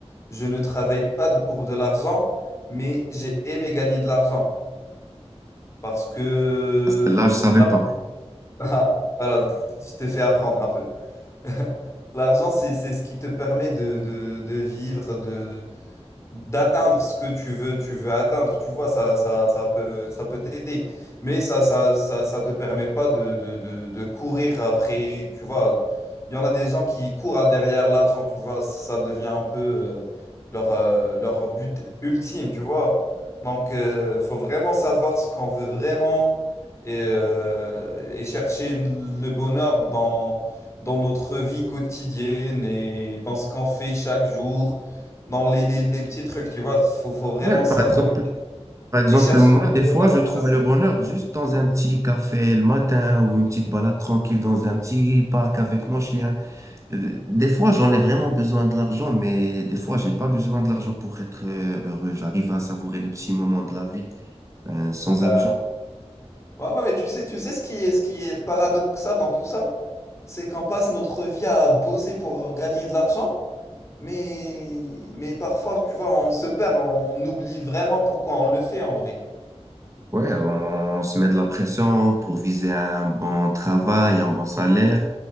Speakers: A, on the left; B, on the right.
A: je ne travaille pas de- pour de l'argent, mais j'ai aimé gagner de l'argent. Parce que
B: Là, je savais
A: là,
B: pas.
A: <laughs> voilà, je te fais apprendre un peu. <laughs> L'argent, c'est, c'est ce qui te permet de, de, de vivre, de, d'atteindre ce que tu veux, tu veux atteindre, tu vois, ça, ça, ça peut, ça peut t'aider. Mais ça, ça, ça, ça te permet pas de, de, de, de courir après, tu vois. Il y en a des gens qui courent à- derrière l'argent, tu vois, ça devient un peu euh, leur, euh, leur but ultime, tu vois. Donc, euh, faut vraiment savoir ce qu'on veut vraiment et, euh, et chercher le bonheur dans, dans notre vie quotidienne et dans ce qu'on fait chaque jour dans les, les, les petits trucs, tu vois. Faut, faut vraiment
B: Ouais, par
A: savourer
B: exemple, Par exemple,
A: et chercher
B: moi,
A: son
B: des fois,
A: bonheur.
B: je trouve
A: Ça se-
B: le bonheur juste dans un petit café le matin ou une petite balade tranquille dans un petit parc avec mon chien. Euh, Des fois, j'en ai vraiment besoin de l'argent, mais des fois, j'ai pas besoin de l'argent pour être euh, heureux. J'arrive à savourer les petits moments de la vie, euh, sans
A: bah,
B: argent.
A: ouais, ouais, tu sais, tu sais ce qui est, ce qui est paradoxal dans tout ça, c'est qu'on passe notre vie à bosser pour gagner de l'argent, mais, mais parfois, tu vois, on se perd, on oublie vraiment pourquoi on le fait en vrai.
B: Ouais, on se met de la pression pour viser un bon travail, un bon salaire.